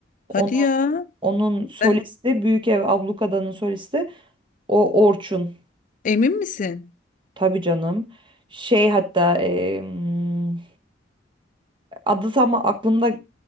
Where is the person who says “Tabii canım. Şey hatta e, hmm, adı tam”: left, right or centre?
Right